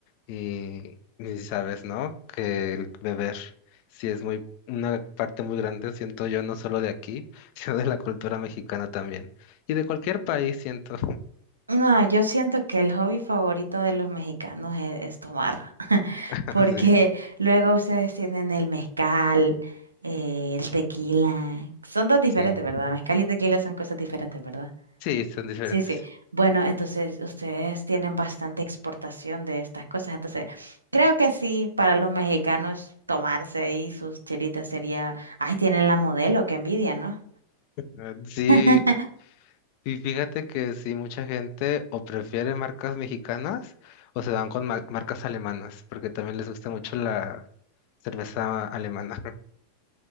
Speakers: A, on the left; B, on the right.
A: y, y si sabes, ¿no? Que el beber sí es muy una parte muy grande, siento yo, no solo de aquí, <laughs> sino de la cultura mexicana también. Y de cualquier país, siento.
B: No, yo siento que el hobby favorito de los mexicanos es, es tomar, <laughs>
A: <laughs>
B: porque
A: Sí,
B: luego ustedes tienen el mezcal, eh, el tequila, son dos diferentes,
A: sí,
B: ¿verdad? Mezcal y tequila son cosas diferentes, ¿verdad?
A: sí, son diferentes.
B: Sí, sí. Bueno, entonces ustedes tienen bastante exportación de estas cosas, entonces creo que sí, para los mexicanos tomarse ahí sus chelitas sería, ay, tienen la modelo, qué envidia, ¿no?
A: Eh, Sí.
B: <laughs>
A: Y fíjate que sí, mucha gente o prefiere marcas mexicanas o se van con ma- marcas alemanas, porque también les gusta mucho la cerveza alemana. <laughs>